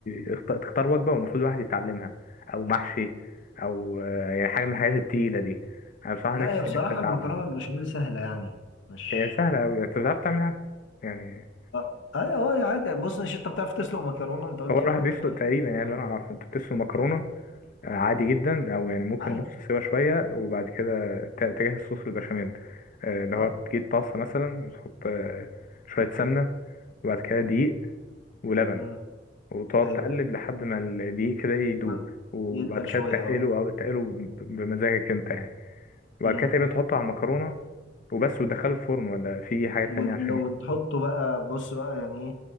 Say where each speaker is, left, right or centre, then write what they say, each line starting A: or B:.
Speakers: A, on the left (about 45°); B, on the left (about 80°).
A: اخت- تختار وجبه والمفروض الواحد يتعلمها او محشي او آه، يعني حاجه من الحاجات التقيله دي انا بصراحه
B: لا
A: نفسي
B: هي بصراحه
A: نفسي اتعلم
B: المكرونه بالبشاميل سهله يعني مش
A: هي سهله قوي انت بتعرف تعملها يعني
B: اه ايوه اه عادي بص مش انت بتعرف تسلق مكرونه انت قلت
A: هو الواحد
B: في الاول
A: بيسلق
B: انت بتعرف
A: تقريبا
B: تسلق
A: يعني اللي
B: مكرونه
A: انا اعرفه انت بتسلق مكرونه عادي جدا او يعني ممكن
B: عادي
A: نص سوا شويه وبعد كده ت- تجهز صوص البشاميل آه، اللي
B: اه
A: هو تجيب طاسه مثلا وتحط آه، شويه سمنه وبعد كده دقيق ولبن
B: امم
A: وتقعد
B: ايوه
A: تقلب لحد ما الدقيق كده يدوب
B: ما-
A: وبعد
B: يتقل
A: كده
B: شويه
A: تقله او تقله ب- بمزاجك انت يعني وبعد
B: اه
A: كده تقريبا تحطه على المكرونه وبس وتدخله الفرن ولا في حاجه تانية
B: ولو
A: عشان ي-
B: تحطه بقى بص بقى يعني